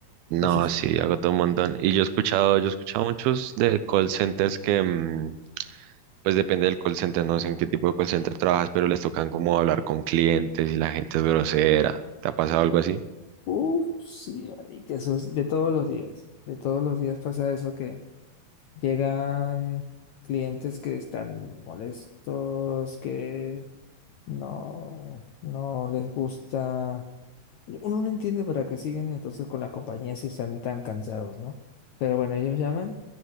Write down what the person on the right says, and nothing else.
No,
sí, agotó un montón. Y yo he escuchado, yo he escuchado muchos de call centers que, mm, pues depende del call center, no sé en qué tipo de call center trabajas, pero les tocan como hablar con clientes y la gente es grosera. ¿Te ha pasado algo así?